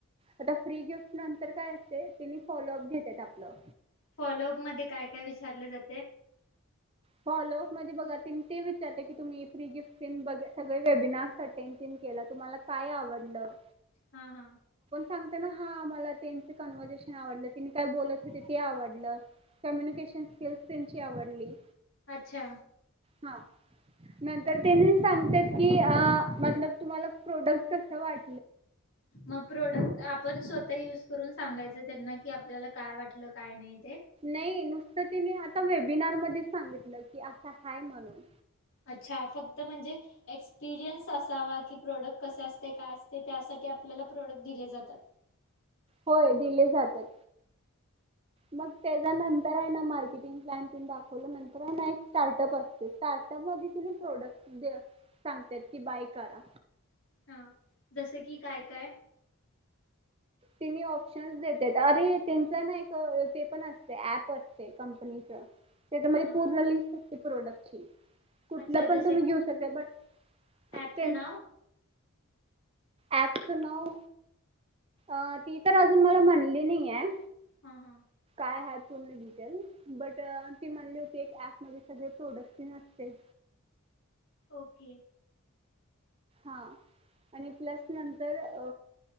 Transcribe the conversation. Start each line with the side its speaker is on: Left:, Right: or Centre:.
Right: आता फ्री गिफ्ट नंतर काय असते तिने फॉलोअप घेतेत आपलं
Left: फॉलोअप मध्ये काय काय विचारले जाते?
Right: फॉलोअप मध्ये बघा त्यानी ते विचारय की तुम्ही फ्रीगिफ्ट तेन बघ सगळ वेबिनार्स अटेंड तेन केला तुम्हाला काय आवडलं.
Left: हा हा
Right: सांगताना हा मला त्यांच कन्वर्झेशन आवडल त्यांनी काय बोलत होते ते आवडलं कम्युनिकेशन स्किल्स त्यांची आवडली.
Left: अच्छा
Right: ह नंतर त्यांनी सांगत्यात की आ मतलब तुम्हाला प्रोडक्ट कस वाट
Left: मग प्रोडक्ट आप पण स्वतः युज करून सांगायचं त्यांना की आपल्याला काय वाटलं काय नाही ते.
Right: नाय नुसत तिने आता वेबिनार मध्येच सांगितलं की अस हाय म्हणून
Left: अच्छा फक्त म्हणजे एक्सपिरियन्स असावा की प्रोडक्ट कस असतय काय असतय त्यासाठी आपल्याला प्रोडक्ट दिले जातात.
Right: होय दिले जात्यात मग त्याच्या नंतर आहे ना मार्केटिंग प्लान तेन दाखवल्या नंतर ना एक स्टार्टअप असतय स्टार्टअप मध्ये त्यांनी प्रोडट सांगत्यात कि बाय करा.
Left: हा जसं की काय काय?
Right: तिनी ऑप्शनस देत्यात अरे त्यांच ना एक ते पण असतय ऍप असतय कंपनीच त्याच्यामध्ये
Left: हा
Right: पूर्ण लिस्ट असते प्रोडक्ट ठीक कुठलं
Left: अच्छा
Right: पण
Left: जसं
Right: तुम्ही घेऊ शकताय बट
Left: ॲपचं
Right: तेन
Left: नाव
Right: ॲप च नाव अ ती तर अजून मला म्हणली नाहीये
Left: हा हा
Right: हाय हाय पूर्ण डिटेल बट ती म्हणली होती एक ऍप मध्ये सगळे प्रोडक्टस तेन असत्यात
Left: ओके
Right: ह आणि प्लस नंतर अ